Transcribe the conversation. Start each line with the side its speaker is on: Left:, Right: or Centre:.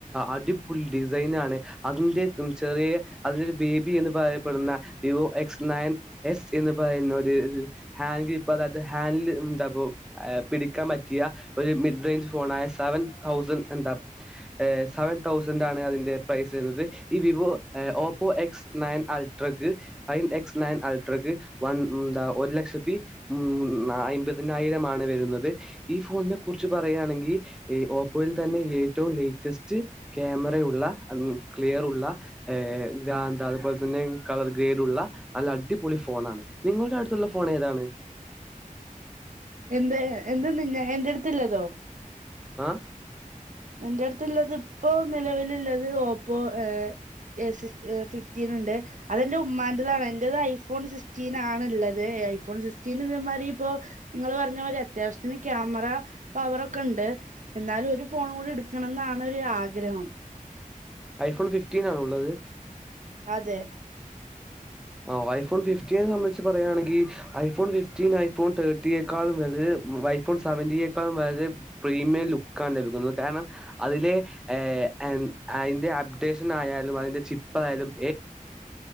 Centre: അടിപൊളി ഡിസൈനാണ് അതിന്റെ ചെറിയ അതിന്റെ ബേബി എന്ന് പറയപ്പെടുന്ന വിവോ എക്സ് നയൻ എസ് എന്ന് പറയുന്ന ഒരു ഹാൻഡ് കീപ്പർ അതത് ഹാൻഡിൽ എന്താ പിടിക്കാൻ പറ്റിയ ഒരു മിഡ്റേഞ്ച് ഫോണയ സെവൻ തൗസൻഡ് എന്താ സെവൻ തൗസൻ്റണ് അതിന്റെ പ്രൈസ് വരുന്നത് ഈ വിവോ ഏ ഓ പോ എക്സ് നയൻ അൽട്രക്ക് ഫൈവൻ എക്സ് നയൻ അൽട്രക്ക് വൻ എന്താ ഒരു ലക്ഷത്തി ഉം അമ്പതിനായിരം ആണ് വരുന്നത് ഈ ഫോണിനെ കുറിച്ച് പറയുകയാണെങ്കിൽ ഓ പ്പോ തന്നെ ഏറ്റവും ലേറ്റസ്റ്റ് ക്യാമറ ഉള്ള ക്ലിയറൂള്ള <unintelligible> ആന്താ അതുപോലെ തന്നെ കളർ ഗ്രേടുള്ള നല്ല അ ടിപൊളി ഫോണാണ് നിങ്ങളുടെ അടുത്തുള്ള ഫോൺ ഏതാണ്
Right: എന്താ എന്ത എന്റെ അടുത്തല്ലതോ
Centre: ആ
Right: എന്റെ അടുത്ത്ള്ളത് ഇപ്പോ നിലവിലുള്ളത് ഓപ്പോ ഏ സി ഫിഫ്റ്റീൻ ഉണ്ട് അതെന്റെ ഉമ്മാൻ്റെതാണ് എൻ്റത് ഐഫോൺ സിക്സ്റ്റീൻ ആണ്ള്ളത് ഐഫോൺ സിക്സ്റ്റീൻ ഇമാതി ഇപ്പോ നിങ്ങള് പറഞ്ഞ മാതി അത്യാവശ്യത്തിന് ക്യാമറ പവറോക്കെ ഉണ്ട് എന്നാലും ഒരു ഫോൺ കൂടി എടുക്കണംന്നാണ് ഒരു ആഗ്രഹം
Centre: ഐഫോൺ ഫിഫ്റ്റീൻ ആണുള്ളത്
Right: അതെ
Centre: ഓ ഐഫോൺ ഫിഫ്റ്റീനെ സംബന്ധിച്ച് പറയുകയാണെങ്കിൽ ഐഫോൺ ഫിഫ്റ്റീൻ ഐഫോൺ തേർട്ടിയെക്കാളും വളരെ ഐഫോൺ സെവന്റിക്കാണ് വളരെ പ്രീമിയം ലുക്കാണ് ലഭിക്കുന്നത് കാരണം അതിലെ ഏ എ എൻ അതിന്റെ അപ്ഡേഷൻ ആയാലും അതിന്റെ ചിപ്പ് ആയാലും,